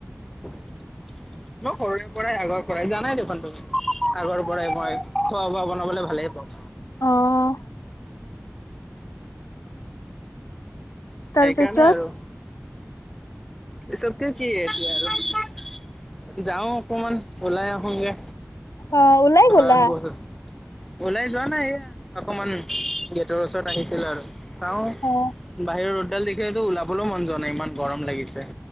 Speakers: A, in the centre; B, on the left.
A: মই সৰুৰে পৰাই আগৰ পৰাই জানাই দেখোন তুমি। আগৰ পৰাই মই, খোৱা -বোৱা বনাবলৈ ভালেই পাওঁ।
B: অ' তাৰপিছত
A: সেইকাৰণে আৰু, পিছতকে কি এতিয়া আৰু যাওঁ অকমান ওলাই আহোগে।
B: অ ওলাই
A: ঘৰত
B: গলা
A: বহি <inaudible> ওলাই যোৱা নাই এইয়া, অকমান গেটৰ ওচৰত আহিছিলো আৰু, চাওঁ,
B: অ
A: বাহিৰৰ ৰ'দডাল দেখিলেটো ওলাবলৈও মন যোৱা নাই ইমান গৰম লাগিছে।